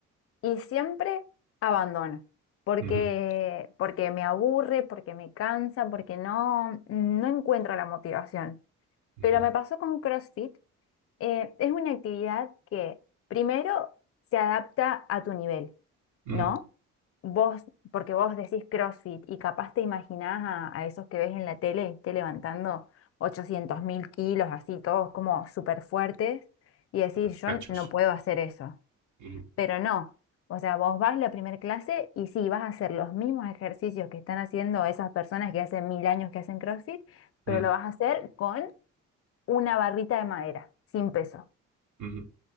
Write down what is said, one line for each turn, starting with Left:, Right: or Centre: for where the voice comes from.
Left: y siempre abandono, porque,
Right: Ujú,
Left: porque me aburre, porque me cansa, porque no, no encuentro la motivación.
Right: ujú,
Left: Pero me pasó con CrossFit eh, es una actividad que primero se adapta a tu nivel,
Right: ujú.
Left: ¿no? Vos, porque vos decís CrossFit y capaz te imaginás a, a esos que ves en la tele, esté levantando ochocientos mil kilos, así todos como súper fuertes, y decís,
Right: Súper
Left: yo
Right: Cachos.
Left: n- no puedo hacer eso.
Right: Ujú,
Left: Pero no, o sea, vos vas la primera clase y sí, vas a hacer los mismos ejercicios que están haciendo esas personas que hace mil años que hacen CrossFit, pero
Right: ujú,
Left: lo vas a hacer con una barrita de madera, sin peso.
Right: ujú.